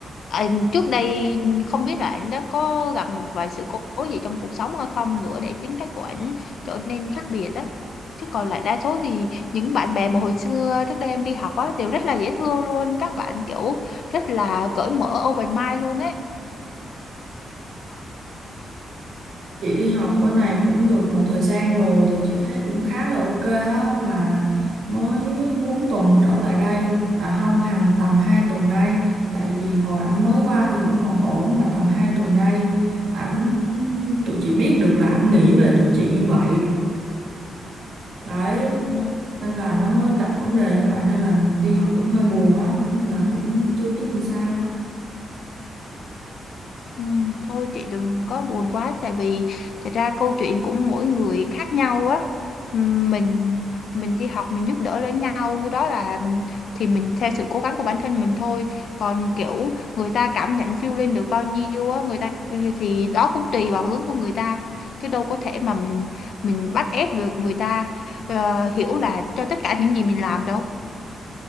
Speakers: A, on the left (about 65°); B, on the right (about 75°).
A: anh trước đây không biết là anh đã có gặp một vài sự cố gì trong cuộc sống hay không nữa để tính cách của anh trở nên khác biệt đó chứ còn lại đa số thì những bạn bè mà hồi xưa trước đây em đi học á đều rất là dễ thương luôn các bạn kiểu rất là cởi mở open mind luôn ấy
B: chị đi học bên này cũng được một thời gian rồi thì chị thấy cũng khá là ok
A: chị thấy
B: á
A: cũng
B: mà mới 4 tuần trở lại đây à không hàng tầm 2 tuần nay tại vì hồi ảnh mới qua thì vẫn còn ổn mà tầm 2 tuần nay ảnh tụi chị biết được là ảnh nghĩ về tụi chị như vậy đấy
A: Ừ.
B: nên là nó mới gặp vấn đề như vậy nên là đi học cũng hơi buồn á nên là cũng chưa biết làm sao
A: Ừ, thôi chị đừng có buồn quá tại vì thật ra câu chuyện của mỗi người khác nhau á Ừm, mình mình đi học mình giúp đỡ lẫn nhau đó là ừ, thì mình theo sự cố gắng của bản thân mình thôi còn kiểu người ta cảm nhận feel lên được bao nhiêu á người ta ừ, thì đó cũng tùy vào hướng của người ta chứ đâu có thể mà mình mình bắt ép được người ta ờ, hiểu là cho tất cả những gì mình làm đâu